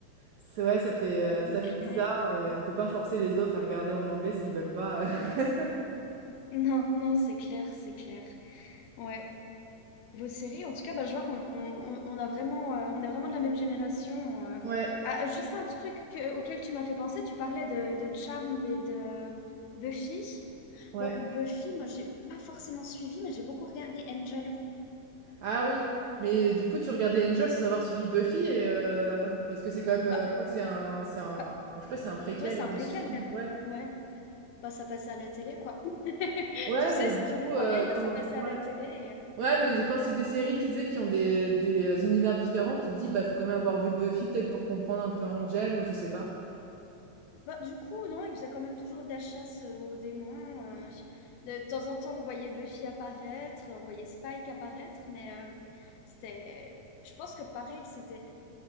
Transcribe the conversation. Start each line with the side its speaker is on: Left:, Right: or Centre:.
Right: c'est ouais, ça fait, heu, ça
Left: c'est
Right: fait
Left: clair.
Right: bizarre et on peut pas forcer les autres à regarder en anglais s'ils veulent pas. <laughs>
Left: Non, non, c'est clair, c'est clair. Ouais. Vos séries, en tout cas, bah, je vois qu'on on, on a vraiment, euh, on est vraiment de la même génération. euh.
Right: Ouais,
Left: Ah, juste un truc que- auquel tu m'as fait penser, tu parlais de, de Charmed et de Buffy.
Right: ouais.
Left: Bon, Buffy, moi, j'ai pas forcément suivi, mais j'ai beaucoup regardé Angel.
Right: Ah oui, mais du coup, tu regardais Angel sans avoir suivi Buffy et euh, parce que c'est quand même, euh,
Left: Bah,
Right: je crois que c'est un, c'est un,
Left: bah,
Right: bon, je sais pas, si c'est un préquel
Left: toi, c'est
Right: ou
Left: un préquel.
Right: une suite, mais ouais,
Left: Ouais, bah, ça passait à la télé, quoi. <laughs>
Right: ouais,
Left: Tu sais,
Right: mais
Left: c'est
Right: du
Left: toujours
Right: coup, euh,
Left: pareil, hein,
Right: quand,
Left: ça passait
Right: ouais,
Left: à la télé
Right: ouais, mais quand c'est des séries qui, tu sais, qui ont des, des euh, univers différents, tu te dis, bah, faut quand même avoir vu Buffy peut-être pour comprendre un peu Angel ou je sais pas.
Left: Bah, du coup, non, il faisait quand même toujours de la chasse euh, aux démons. euh, je- de temps en temps, on voyait Buffy apparaître, on voyait Spike apparaître, mais euh, c'était. Je pense que pareil, que c'était.